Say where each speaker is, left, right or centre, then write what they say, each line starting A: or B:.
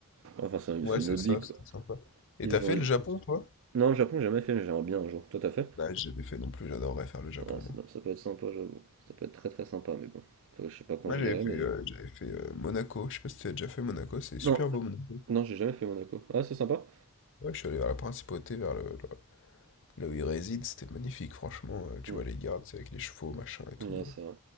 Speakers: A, on the right (about 60°); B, on the left (about 55°).
A: Enfin, c'est
B: Ouais,
A: c'est
B: c'est
A: une autre
B: ça,
A: vie, quoi.
B: c'était sympa. Et
A: Les
B: t'as
A: gens
B: fait
A: y...
B: le Japon, toi?
A: Non, le Japon, j'ai jamais fait, mais j'aimerais bien un jour. Toi, t'as fait?
B: Bah, j'avais fait non plus, j'adorerais faire le Japon,
A: Ah, ça,
B: moi.
A: ça peut être sympa, j'avoue. Ça peut être très très sympa, mais bon. Faut- Je sais pas quand
B: Moi,
A: j'irai,
B: j'avais fait,
A: mais.
B: euh, j'avais fait euh, Monaco. Je sais pas si tu as déjà fait Monaco, c'est super
A: Non,
B: beau, Monaco.
A: non, j'ai jamais fait Monaco. Ah, c'est sympa.
B: Ouais, je suis allé vers la principauté, vers le, le- là où ils résident, c'était magnifique, franchement. euh, tu
A: Mm.
B: vois les gardes, c'est avec les chevaux, machin et tout.
A: Ouais,
B: euh,
A: c'est vrai.